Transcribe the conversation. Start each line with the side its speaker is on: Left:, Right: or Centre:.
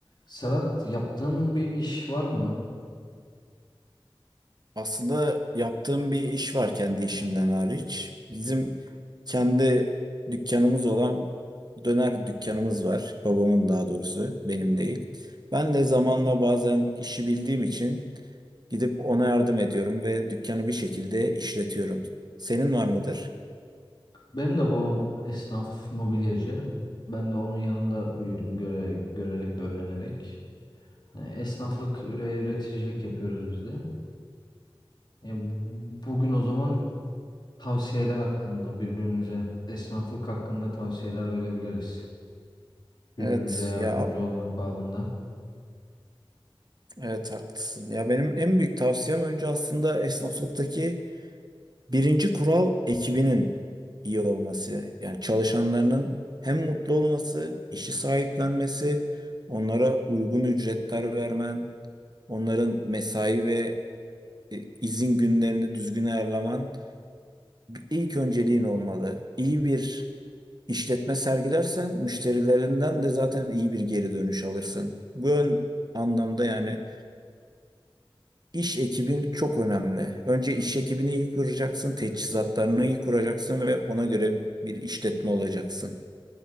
Left: Serhat yaptığın bir iş var mı?
Right: Aslında yaptığım bir iş var kendi işimden hariç. Bizim kendi dükkanımız olan döner dükkanımız var. Babamın daha doğrusu, benim değil. Ben de zamanla bazen işi bildiğim için gidip ona yardım ediyorum ve dükkanı bir şekilde işletiyorum. Senin var mıdır?
Left: Benim de babam esnaf mobilyacı. Ben de onun yanında büyüdüm göre, görerek öğrenerek. Hani esnaflık ve üreticilik yapıyoruz biz de. Ya bu- bugün o zaman tavsiyeler hakkında birbirimize esnaflık hakkında tavsiyeler verebiliriz. Birbirimize
Right: Evet
Left: yardımcı
Right: ya
Left: olmak babında.
Right: evet haklısın. Ya benim en büyük tavsiyem önce aslında esnaflıktaki Birinci kural ekibinin iyi olması. Yani çalışanlarının hem mutlu olması, işi sahiplenmesi, onlara uygun ücretler vermen, onların mesai ve e, izin günlerini düzgün ayarlaman ilk önceliğin olmalı. İyi bir işletme sergilersen müşterilerinden de zaten iyi bir geri dönüş alırsın. Bu ön anlamda yani İş ekibin çok önemli. Önce iş ekibini iyi kuracaksın, teçhizatlarını iyi kuracaksın ve ona göre bir işletme olacaksın.